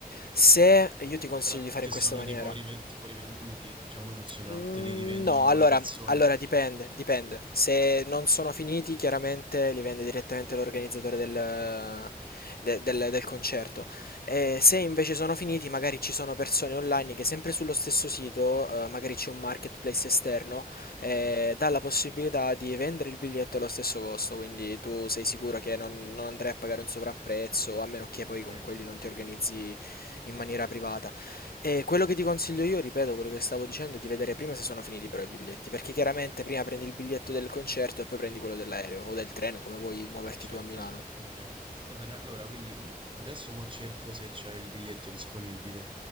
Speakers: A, on the left (about 75°); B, on the right (about 30°).
A: Se io ti consiglio
B: Però
A: di fare
B: che
A: in
B: sono
A: questa maniera,
B: tipo, rive- tipo rivenduti? Cioè come funziona?
A: Mm,
B: Te li rivendono
A: No, allora,
B: le persone?
A: allora dipende, dipende. Se non sono finiti, chiaramente li vende direttamente l'organizzatore del, de- del- del concerto. E se invece sono finiti, magari ci sono persone online che sempre sullo stesso sito, eh, magari c'è un marketplace esterno, eh, dà la possibilità di vendere il biglietto allo stesso costo, quindi tu sei sicuro che non, non andrai a pagare un sovrapprezzo, a meno che poi
B: Ok,
A: con
B: eh
A: quelli non ti organizzi in maniera privata. E quello che ti consiglio io, ripeto quello che stavo dicendo, è di vedere prima se sono finiti però i biglietti, perché chiaramente prima prendi il biglietto del concerto e poi prendi quello dell'aereo o del treno, come vuoi muoverti
B: beh, certo,
A: tu a Milano.
B: ok. Va bene, allora, quindi mm, adesso mo cerco se c'è il biglietto disponibile.